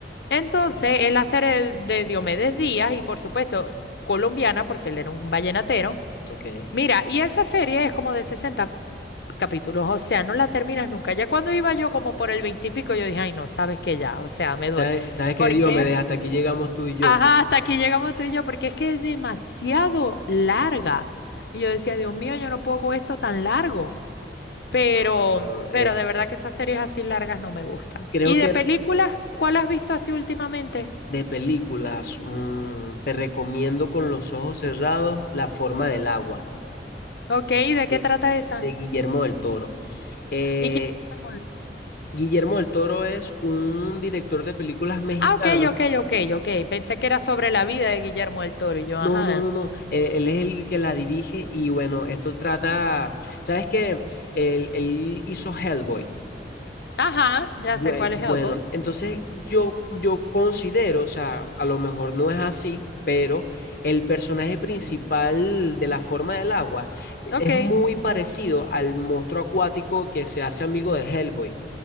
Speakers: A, on the left (about 70°); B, on the left (about 50°).
A: Entonces, él hacer el de Diomedes Díaz y por supuesto colombiana, porque él era un vallenatero.
B: Ok.
A: Mira, y esa serie es como de 60 capítulos, o sea, no la terminas nunca. Ya cuando iba yo como por el 20 y pico, yo dije, ay, no, sabes que ya, o sea, me doy.
B: ¿Sabes, sabes qué,
A: Porque
B: Diomedes?
A: es,
B: Hasta aquí llegamos tú y yo.
A: ajá, hasta aquí llegamos tú y yo, porque es que es demasiado larga. Y yo decía, Dios mío, yo no puedo con esto tan largo. Pero,
B: No, no, eh,
A: pero de verdad que esas series así largas no me gustan.
B: creo
A: ¿Y de
B: que el-
A: películas, cuál has visto así últimamente?
B: de películas, mm, te recomiendo con los ojos cerrados La forma del agua.
A: Ok, ¿y de
B: de,
A: qué trata esa?
B: de Guillermo del Toro. Eh,
A: ¿Y quién es el
B: Guillermo del Toro es un director de películas mexicano.
A: Ah, ok, ok, ok, ok. Pensé que era sobre la vida de Guillermo del Toro y yo,
B: No,
A: ajá.
B: no, no, no. Él, él es el que la dirige y bueno, esto trata, ¿sabes qué? Él, él hizo Hellboy.
A: Ajá, ya
B: Bueno,
A: sé cuál
B: bueno,
A: es Hellboy.
B: entonces yo, yo considero, o sea, a lo mejor no es así, pero el personaje principal de la forma del agua e,
A: Ok.
B: es muy parecido al monstruo acuático que se hace amigo de Hellboy.